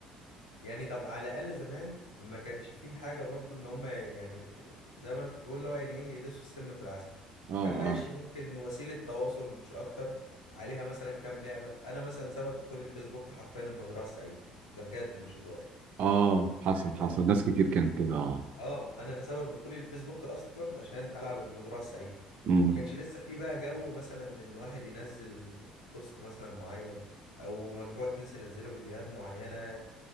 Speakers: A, on the left; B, on the right.
A: يعني طب على الاقل زمان ما كانش فيه حاجه برضو ان هم يعني زي ما انا كنت بقول اللي هو يعني ايه يدسوا السم في العسل
B: اه
A: كان ماشي
B: اه
A: ممكن وسيله تواصل مش اكتر عليها مثلا كام لعبه انا مثلا سبب دخولي الفيسبوك حرفيا المزرعه السعيده ده بجد مش هزار
B: اه حصل حصل
A: اه
B: ناس كتير كانت كده اه
A: آه، انا سبب دخولي الفيسبوك اصلا عشان العب المزرعه السعيده
B: امم
A: ما كانش لسه في بقى جو مثلا ان واحد ينزل بوست مثلا معين او مجموعه ناس ينزلوا فيديوهات معينه